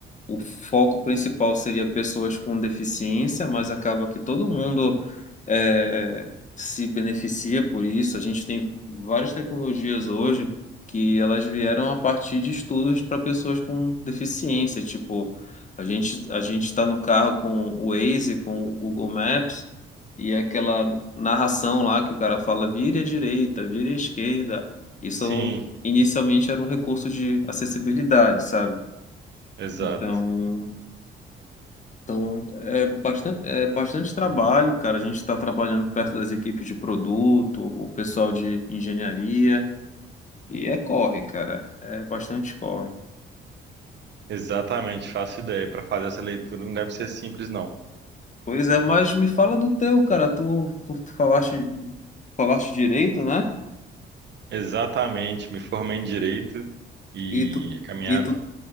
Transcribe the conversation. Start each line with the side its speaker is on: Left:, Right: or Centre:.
Left: o foco principal seria pessoas com deficiência, mas acaba que todo mundo é, se beneficia por isso. A gente tem várias tecnologias hoje que elas vieram a partir de estudos para pessoas com deficiência. Tipo, a gente a gente está no carro com o Waze, com o Google Maps e é aquela narração lá que o cara fala, vire à direita, vire à esquerda. Isso
Right: Sim.
Left: inicialmente era um recurso de acessibilidade, sabe?
Right: Exato.
Left: Então, então, é bastante, é bastante trabalho, cara. A gente está trabalhando perto das equipes de produto, o pessoal de engenharia, e é corre, cara. É bastante corre.
Right: Exatamente, faço ideia. Para fazer essa leitura não deve ser simples, não.
Left: Pois é, mas me fala do teu, cara. Tu, tu, tu falaste, falaste direito, né?
Right: Exatamente, me formei em direito e
Left: E tu,
Right: a caminhada.
Left: e tu,